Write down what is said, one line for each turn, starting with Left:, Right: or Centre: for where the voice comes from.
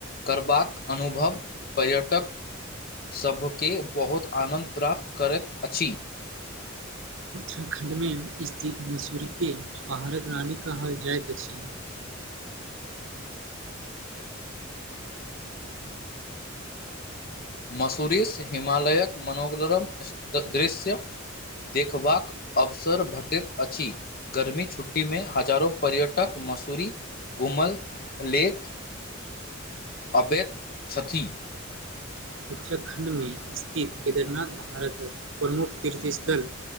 Left: करबाक अनुभव पर्यटक सभके बहुत आनन्द प्राप्त करैत अछि।
Right: उत्तराखण्डमे स्थित मसूरीके पहाड़ रानी कहल जाइत अछि।
Left: मसूरीस हिमाालयके मनोग्रम द दृश्य देखबाक अवसर भटैत अछि। गर्मी छुट्टी मे हजारो पर्यटक मसूरी घूमल लेत अबेत छथि।
Right: उत्तराखण्डमे स्थित केदारनाथ भारत प्रमुख तीर्थ स्थल